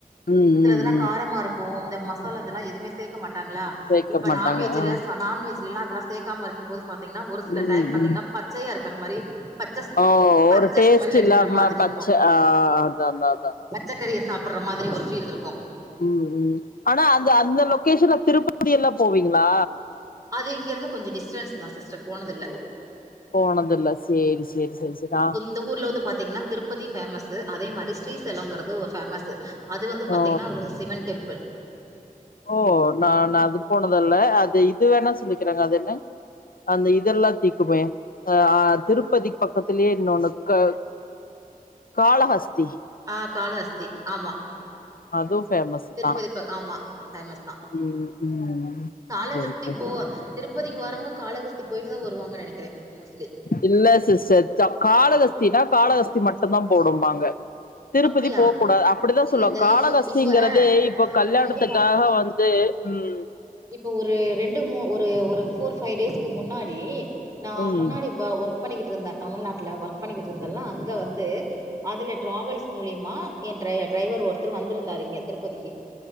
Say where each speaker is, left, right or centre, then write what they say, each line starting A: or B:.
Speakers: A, on the left; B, on the right.
A: ம்
B: சிலதுல்லா
A: ம் ம்
B: காரமா இருக்கு இந்த மசாலா இதெல்லா எதுமே சேக்க மாட்டாங்களா
A: சேக்க
B: இப்ப
A: மாட்டாங்க
B: நான்வெஜ்ல
A: ஆ
B: ச நாான்வெஜ் ஜீலலா அதெல்லா சேக்காம இருக்கும்போது பாத்தீங்னா ஒரு சில
A: ம்
B: டைம் பாத்தீங்னா
A: ம்
B: பச்சையா இருக்கற மாரி பச்ச
A: ஓ
B: பச்ச
A: ஒரு டேஸ்ட்
B: ஸ்மெல் அடிக்கிற
A: இல்லாம
B: மாதிரி
A: பச்ச
B: இருக்கு
A: ஆ அதா அதா அதா
B: பச்சக்கறிய சாப்புட்ற மாதிரி ஒரு ஃபீல் இருக்கு
A: ம் ம் ஆனா அந்த அந்த லொகேஷன்ல திருப்பதி எல்லா போவீங்களா
B: அது இங்க இருந்து கொஞ்சோ டிஸ்டன்ஸ்தா சிஸ்டர் போனது இல்ல
A: போனதுல்ல சேரி சேரி சேரி சேரி ஆ
B: அந்த ஊர்ல வந்து பாத்தீங்னா திருப்பதி ஃபேமஸ் அதே மாரி ஸ்ரீசைலம்ங்றது ஒரு ஃபேமஸ் அது வந்து பாத்தீங்னா
A: ஓ
B: ஒரு சிவன் டெம்பிள்
A: ஓ நா நா அது போனதில்ல அது இது வேணா சொல்லிக்கிறாங்க அது என்ன அந்த இதெல்லா தீக்குமே த ஆ திருப்பதிக் பக்கத்திலேயே இன்னொன்னு க காலஹஸ்தி
B: ஆ காலஹஸ்தி ஆமா
A: அதுவு ஃபேமஸ்
B: திருப்பதி
A: தா
B: ப ஆமா ஃபேமஸ் தா
A: ம் ம்
B: காலஹஸ்தி
A: சேரி சேரி
B: போ திருப்பதிக்கு வரவுங்க காலஹஸ்திக்கு போயிட்டு தா வருவாங்க நெனைக்கிறே மோஸ்ட்லி
A: இல்ல சிஸ்டர் தா காலஹஸ்தினா கால ஹஸ்தி மட்டுதா போனும்பாங்க திருப்பதி
B: அப்படியா
A: போ கூடாது அப்டிதா
B: இல்ல
A: சொல்லுவாங்க
B: இந்த
A: காலஹஸ்திங்றது
B: இப்போ இப்ப
A: இப்போ
B: ஆ
A: கல்யாணத்துக்காக
B: இப்ப வந்து
A: வந்து ம்
B: இப்போ ஒரு ரெண்டு மூ ஒரு ஒரு ஃபோர் ஃபைவ் டேஸ்க்கு முன்னாடி நா
A: ம்
B: முன்னாடி வ ஒர்க் பண்ணிக்கிட்டு இருந்த தமிழ்நாட்ல ஒர்க் பண்ணிக்கிட்டு இருந்தல்லா அங்க வந்து அதுல டிராவல்ஸ் மூலிமா எ டிரை டிரைவர் ஒருத்தர் வந்திருந்தாரு இங்க திருப்பதிக்கு